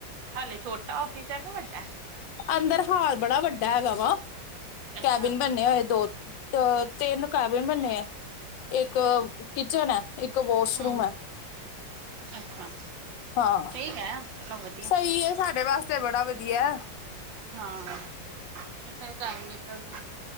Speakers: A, on the right; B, on the left.
A: ਹਲੇੇ ਛੋਟਾ ਫਿਸ ਹੈ ਕਿ ਵੱਡਾ
B: ਅੰਦਰ ਹਾਲ ਬੜਾ ਵੱਡਾ ਹੈਗਾ ਵਾ
A: ਅੱਛਾ,
B: ਕੈਬਿਨ ਬੰਨੇ ਹੋਏ ਦੋ ਤੇਿੰਨ ਕਵੇਨ ਬਣੇ ਆ ਇੱਕ ਕਿਚਨ ਹੈ ਇੱਕ ਵਾਸ਼ਰੂਮ
A: ਹੂੰ,
B: ਹੈ
A: ਅੱਛਾ।
B: ਹਾਂ
A: ਠੀਕ ਚਲੋ ਵਧੀ
B: ਸਹੀ ਹੈ ਸਾਡੇ ਵਾਸਤੇ ਬੜਾ ਵਧੀਆ
A: ਹਾਂ ਫਿਰ ਟਾਈਮ ਨਿਕਲ ਜਾ